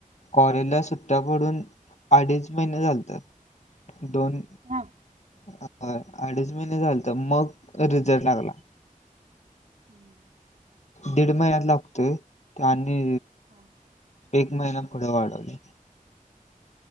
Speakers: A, on the left (about 55°); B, on the right (about 60°).
A: कॉलेजला सुट्या पडून अडीच महिने झालतं. दोन
B: हा
A: ह अडीच महिने झालतं मग रिझल्ट लागला.
B: हं <unintelligible>
A: दीड महिन्यात लागतोय आणि
B: हा
A: एक महिना पुढे वाढवली.